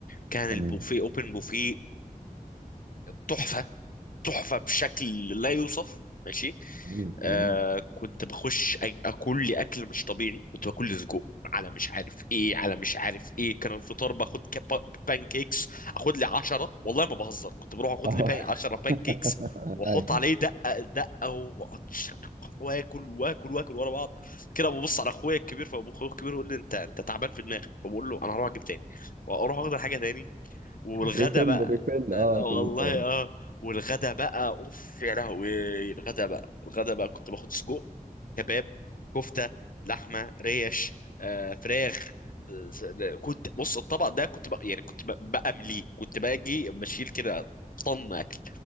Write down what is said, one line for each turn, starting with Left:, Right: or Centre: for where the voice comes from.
Left: كان
Right: تمام
Left: البوفيه اوبن بوفيه تحفه تحفه بشكل لا يوصف ماشي
Right: جميل
Left: آه
Right: جميل
Left: كنت بخش أ- اكل لي اكل مش طبيعي كنت باكل لي سجق على مش عارف ايه على مش عارف ايه كان الفطار باخد كاب بانكيكس اخد لي 10 والله ما بهزر كنت بروح اخد
Right: اه
Left: لي بان 10 بانكيكس
Right: <laughs>
Left: واحط عليه
Right: ايوه
Left: دقه دقه وأقعد واكل واكل واكل ورا بعض كده ببص على اخويا الكبير فابو اخويا الكبير يقول لي انت انت تعبان في دماغك فبقول له انا هروح اجيب تاني واروح اخد حاجه تاني والغدا
Right: ريفيل
Left: بقى
Right: ريفيل اه
Left: لا والله
Right: كل شويه
Left: اه والغدا بقى اوف يا لهوي الغدا بقى الغدا بقى كنت باخد سجق كباب كفته لحمه ريش آه فراخ آه، ز- ده- كنت بص الطبق ده كنت بقى يعني كنت ب- بأمليه كنت باجي بشيل كده طن اكل